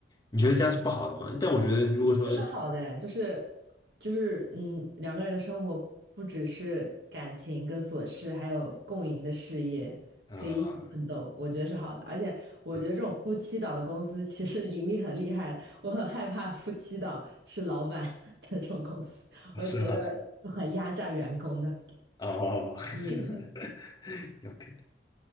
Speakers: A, on the left; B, on the right.
A: 你觉得这样是不好的吗？但我觉得如果说
B: 这是好的，就是就是嗯，两个人的生活不只是感情跟琐事，还有共赢的事业，
A: 呃，
B: 可以一起奋斗，我觉得是好的。而且我觉得这种夫妻档的公司其实盈利很厉害的，
A: 嗯
B: 我很害怕夫妻档是老板 <laughs> 的这种公司，我觉得
A: 是吧？
B: 很压榨员工的，
A: 哦 <laughs>，OK。
B: 聪明的。